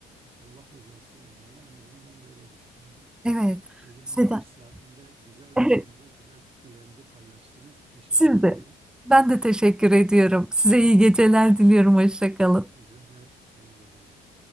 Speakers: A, on the right (about 35°); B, in the centre.
A: Allah rızası olmalı. En azından ben böyle düşünüyorum.
B: Evet.
A: Gecenin
B: Seda.
A: geç saatinde güzel
B: <laughs>
A: bir konuda güzel fikirlerinizi paylaştınız. Teşekkür
B: Siz
A: ediyorum.
B: de. Ben de teşekkür ediyorum. Size iyi geceler diliyorum. Hoşça kalın.
A: Size de hayırlı geceler.